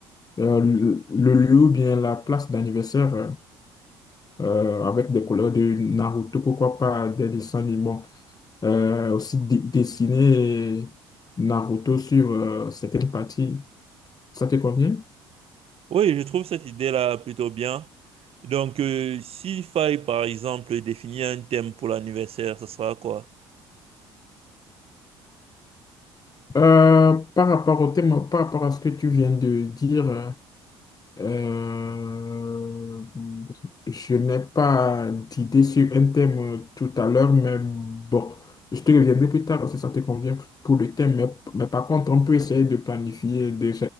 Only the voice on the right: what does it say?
Oui, je trouve cette idée-là plutôt bien. Donc, euh, s'il faille, par exemple, définir un thème pour l'anniversaire, ce sera quoi?